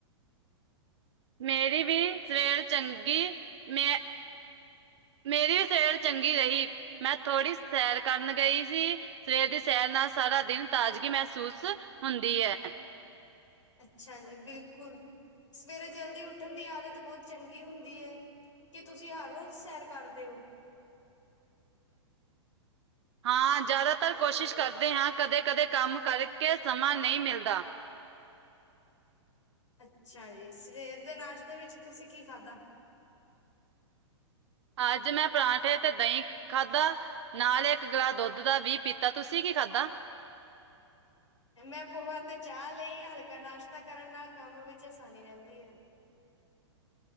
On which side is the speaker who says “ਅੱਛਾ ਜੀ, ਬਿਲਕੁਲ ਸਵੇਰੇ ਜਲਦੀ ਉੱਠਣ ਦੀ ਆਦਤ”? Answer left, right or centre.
Left